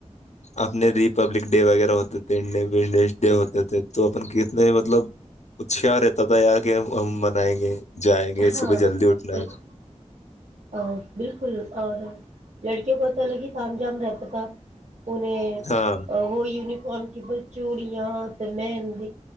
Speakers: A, on the left (about 65°); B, on the right (about 70°).
A: اپنے ریپبلک ڈے وغیرہ ہوتے تھڈ ڈ ہو کہ تھے تو اپن کتنے مطلب اچار رہتا تھا یار کہ ہم منائیں گے جائیں گے
B: ہاں
A: صبح جلدی اٹھنا
B: بالکل
A: ہے
B: ا بالکل اور لڑکیوں کو پت لگی تھام جان رہتا تھا انیں
A: ہاں
B: وہ ی کون کی ب چوڑیاں تو میں د